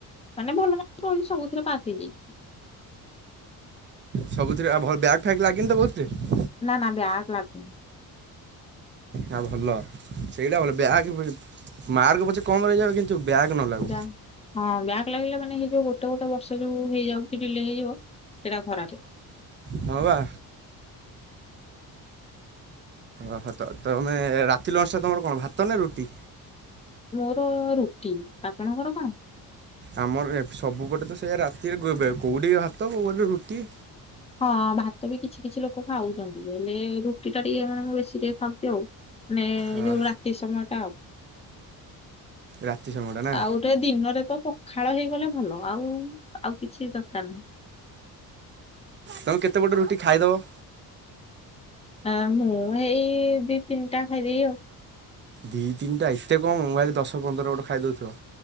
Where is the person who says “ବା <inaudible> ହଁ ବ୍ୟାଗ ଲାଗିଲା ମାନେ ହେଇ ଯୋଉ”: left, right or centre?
Left